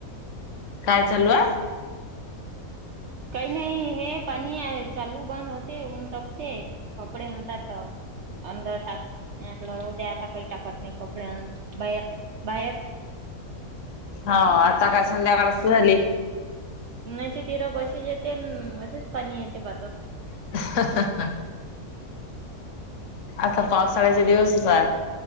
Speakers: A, on the left; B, on the right.
A: काय चालू हाय?
B: काही नाही, हे पाणी चालू बंद होते. ऊन तापते कपडे हाणतात तर. अंदर टाकला रोड्याता काय टाकत. नी कपडे आत बाहेर बाहेर
A: हाव आता काय संध्याकाळच तर झाली.
B: नाय ते <unintelligible> येतेन असेच पाणी येते भातात.
A: <unintelligible> आता पावसाळ्याचे दिवसच हाय.